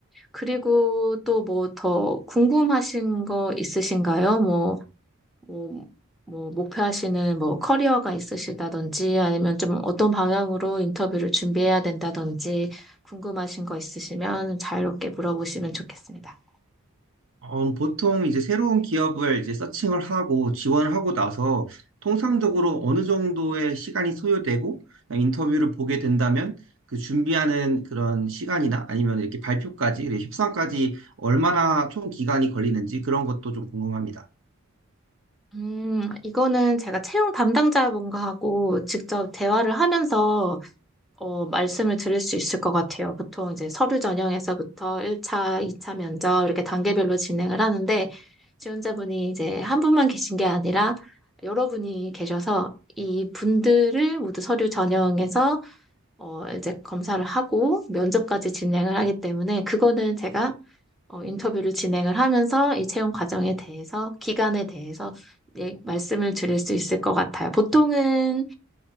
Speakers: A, in the centre; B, on the right.
A: 그리고 또 뭐 더 궁금하신 거 있으신가요? 뭐, 뭐, 뭐 목표하시는 뭐 커리어가 있으시다든지 아니면 좀 어떤 방향으로 인터뷰를 준비해야 된다든지 궁금하신 거 있으시면 자유롭게 물어보시면 좋겠습니다.
B: 어, 보통 이제 새로운 기업을 이제 서칭을 하고 지원을 하고 나서 통상적으로 어느 정도의 시간이 소요되고 인터뷰를 보게 된다면 그 준비하는 그런 시간이나 아니면 이렇게 발표까지, 그리고 협상까지 얼마나 총 기간이 걸리는지 그런 것도 좀 궁금합니다.
A: 음, 이거는 제가 채용 담당자분과 하고 직접 대화를 하면서 어, 말씀을 드릴 수 있을 것 같아요. 보통 이제 서류 전형에서부터 1차, 2차 면접 이렇게 단계별로 진행을 하는데 지원자분이 이제 한 분만 계신 게 아니라 여러 분이 계셔서 이 분들을 모두 서류 전형에서 어, 이제 검사를 하고 면접까지 진행을 하기 때문에 그거는 제가 어, 인터뷰를 진행을 하면서 이 채용 과정에 대해서 기간에 대해서 예, 말씀을 드릴 수 있을 것 같아요. 보통은